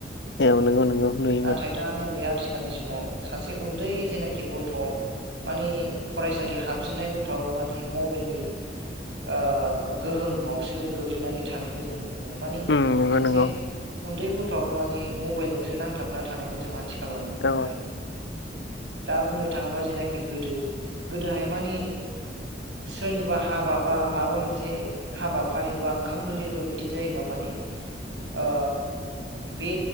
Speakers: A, on the left; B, on the right.
A: औ नंगौ नंगौ नुयोमोन
B: नाथाय दा नैबे आथिख खालनि समाव सासे उन्दै जेनाखि गथ' माने फरायसालि हाबजेननाय गथ'आबो माने मबेलनि ओ गोहोमावसो गोग्लैनानै थानायखौ जों नुनो मोनो माने
A: उम नंगौ
B: सासे
A: नंगौ
B: उन्दै गथ'आबो माने मबाइलजोंसो नांथाबना थानायखौ जों आथिख खालाव नुनो मोनो
A: औ
B: आरो दा बुंनो थाङोब्ला जेनाखि गोदो गोदोहाय माने सोरनिबा हाबा बा माबा मोनसे हाबाफारि बा ओंखाम गोरलैफोर बिदि जायोबा माने ओ बे